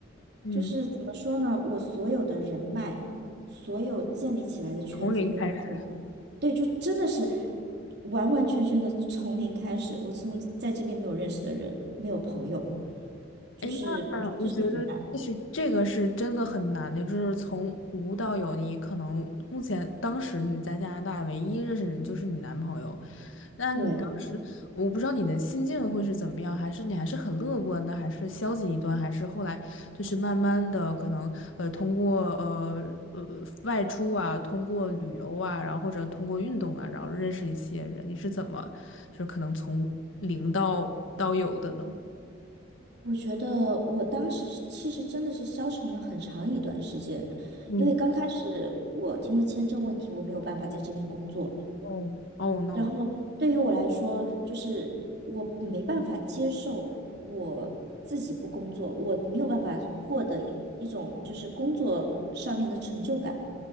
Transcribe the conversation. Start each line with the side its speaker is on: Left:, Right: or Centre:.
Left: 嗯，
Right: 就是怎么说呢，我所有的人脉，所有建立起来的圈子都在澳洲对，
Left: 从零开始。
Right: 就真的是完完全全的从零开始。我从在这边没有认识的人，没有朋友，就是我觉得这是很难。
Left: 哎，那我觉得，就是这个是真的很难的，就是从无到有，你可能目前当时你在加拿大唯一认识人就是你男朋友，那你当时，
Right: 对。
Left: 我不知道你的心境会是怎么样，还是你还是很乐观的，还是消极一段，还是后来就是慢慢的可能呃通过呃呃外出啊，通过旅游啊，然后或者通过运动啊，然后认识一些人，你是怎么就是可能从零到到有的呢
Right: 我觉得我当时是其实真的是消沉了很长一段时间，
Left: 嗯，
Right: 因为刚开始我因为签证问题，我没有办法在这边工作，
Left: 哦哦 no！
Right: 然后对于我来说，就是我没办法接受我自己不工作，我没有办法获得一一种就是工作上面的成就感，